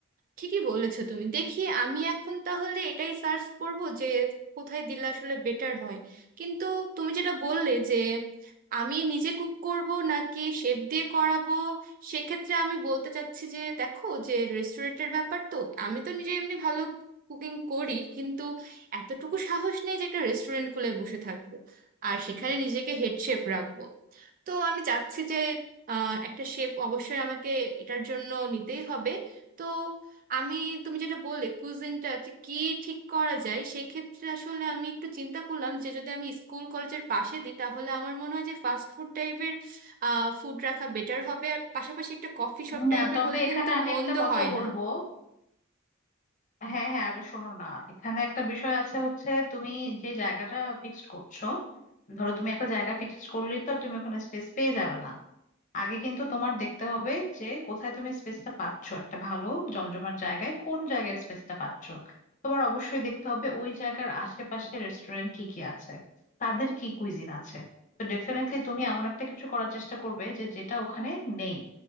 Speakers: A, on the right; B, on the left.
A: ঠিকই বলেছো তুমি দেখি আমি এখন তাহলে এটাই সার্চ করব যে কোথায় দিলে আসলে বেটার হয় কিন্তু তুমি যেটা বললে যে আমি নিজে কুক করব নাকি শেফ দিয়ে করাবো সেক্ষেত্রে আমি বলতে চাচ্ছি যে দেখো যে রেস্টুরেন্টের ব্যাপার তো আমি তো নিজে এমনি ভালো কুকিং করি কিন্তু এতটুকু সাহস নেই যে একটা রেস্টুরেন্ট খুলে বসে থাকবো আর সেখানে নিজেকে হেড শেফ রাখবো তো আমি চাচ্ছি যে আহ, একটা শেফ অবশ্যই আমাকে এটার জন্য নিতেই হবে তো আমি তুমি যেটা বললে কুজিনটা যে কি ঠিক করা যায় সেক্ষেত্রে আসলে আমি একটু চিন্তা করলাম যে যদি আমি স্কুল কলেজের পাশে দিই তাহলে আমার মনে হয় যে ফাস্ট ফুড টাইপের ফুড রাখা বেটার হবে আর পাশাপাশি একটা কফি শপ
B: না
A: টাইপের
B: তবে
A: হলে
B: এখানে
A: কিন্তু
B: আমি
A: মন্দ
B: একটা কথা
A: হয়
B: বলবো
A: না
B: হ্যাঁ হ্যাঁ আরে শোনো না এখানে একটা বিষয় আছে হচ্ছে তুমি যে জায়গাটা ফিক্সড করছো ধরো তুমি একটা জায়গা ফিক্সড করলেই তো আর তুমি ওখানে স্পেস পেয়ে যাবে না আগে কিন্তু তোমার দেখতে হবে যে কোথায় তুমি স্পেসটা পাচ্ছ একটা ভালো জমজমার জায়গায় কোন জায়গায় স্পেসটা পাচ্ছ তোমার অবশ্যই দেখতে হবে ওই জায়গার আশেপাশে রেস্টুরেন্ট কি কি আছে তাদের কি কুইজিন আছে তো ডেফিনেটলি তুমি এমন একটা কিছু করার চেষ্টা করবে যে যেটা ওখানে নেই